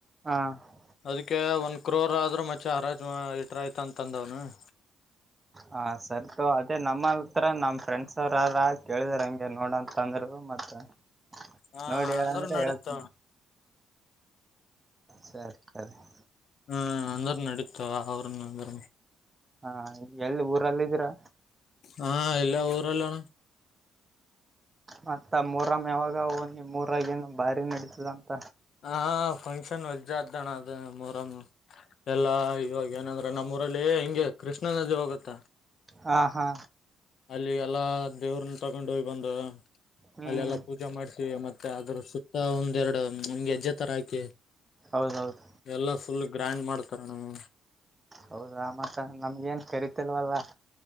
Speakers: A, on the right; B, on the left.
A: ಹಾ <inaudible>
B: ಅದಕ್ಕೆ ಒಂದ್ ಕ್ರೋರ್ ಆದ್ರ ಮಚಾ ಆರಾಜ್ ಇಟ್ರ ಆಯ್ತ ಅಂತ ಅಂದವನ <inaudible>
A: ಹಾ ಸರಿತೋ ಅದೇ ನಮ್ಮ <inaudible> ಆತರಾ ನಮ್ಮ ಫ್ರೆಂಡ್ಸ್ ಅವ್ರಾರ ಕೇಳಿದರ ಹಂಗೆ ನೋಡಂತ ಅಂದ್ರು ಮತ್ತ <inaudible>
B: ಹ
A: ನೋಡಿ ಹೇಳ
B: ಅಂದ್ರ
A: ಅಂದ್ರೆ
B: ನಡೀತ
A: ಹೇಳ್ತೀನಿ ಸರಿ ಸರಿ <inaudible>
B: ಹ್ಮ್ ಅಂದ್ರ ನಡೀತ ಅವ್ರನ್ನ ಅಂದ್ರ
A: ಹಾ ಎಲ್ಲಿ ಊರಲ್ಲಿದ್ದೀರಾ
B: ಹಾ ಇಲ್ಲೇ ಊರಲ್ಲಿ ಅಣ್ಣ
A: ಮತ್ತ ಮೊಹರಂ ಯಾವಾಗ ಓ ನಿಮೂರಾಗ ಏನು ಭಾರಿ ನಡೀತದಂತ
B: ಹಾ ಫಂಕ್ಷನ್ ಹೊಜ್ದಣ ಅದು ಮೊಹರಂ ಎಲ್ಲಾ ಇವಾಗ ಏನಂದ್ರ ನಮ್ಮೂಊರಲ್ಲಿ ಹಿಂಗೆ ಕೃಷ್ಣ ನದಿ ಹೋಗುತ್ತಾ
A: ಹಾ ಹಾ
B: ಅಲ್ಲಿ ಎಲ್ಲಾ ದೇವ್ರನ್ನ ತಗೊಂಡ ಹೋಗಿ ಬಂದ
A: ಹ್ಮ್
B: ಅಲ್ಲಿ ಎಲ್ಲಾ ಪೂಜ ಜೆ ಮಾಡ್ಸ ಮತ್ತೆ ಅದ್ರ ಸುತ್ತ ಒಂದ್ ಎರಡು ಗೆಜ್ಜೆ ತರ ಹಾಕಿ
A: ಹೌದ ಹೌದು
B: ಎಲ್ಲ ಫುಲ್ ಗ್ರ್ಯಾಂಡ್ ಮಾಡ್ತಾರ ಅಣ್ಣ
A: ಹೌದಾ ಮತ್ತ ನಮ್ಗ ಏನ್ ಕರಿೀತಿಲ್ವಲ್ಲ